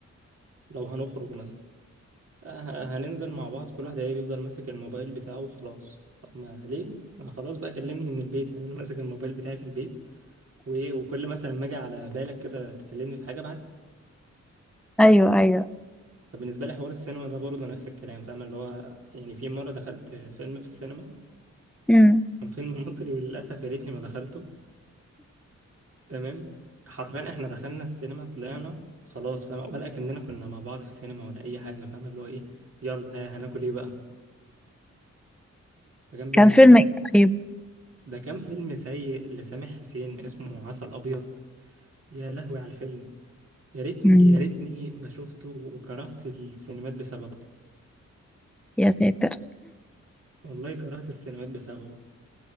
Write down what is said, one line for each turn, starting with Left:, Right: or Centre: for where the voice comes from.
Right: لو هنخرج مثلا آه، هننزل مع بعض كل واحد هيبقى يفضل ماسك الموبايل بتاعه وخلاص طب ما ليه ما خلاص بقى كلمني من البيت يعني انا ماسك الموبايل بتاعي في البيت وايه وكل مثلا ما اجي على بالك كده تكلمني في حاجه ابعت لي
Centre: أيوه أيوه
Right: فبالنسبه لي حوار السينما ده برضه نفس الكلام فاهم اللي هو يعني في مره دخلت فيلم في السينما
Centre: أمم.
Right: كان فيلم <laughs> مصري وللاسف يا ريتني ما دخلته تمام حرفيا احنا دخلنا السينما طلعنا خلاص فاهم ولا كأننا كنا مع بعض في السينما ولا اي حاجه فاهم اللي هو ايه يلا ها هناكل ايه بقى فكان بالنسبه
Centre: كان فيلم
Right: لي
Centre: إيه طيب؟
Right: ده كان فيلم سيء لسامح حسين اسمه عسل أبيض يا لهوي على الفيلم يا ريتني
Centre: مم.
Right: يا ريتني ما شفته وكرهت السينمات بسببه
Centre: يا ساتر <laughs>
Right: والله كرهت السينمات بسببه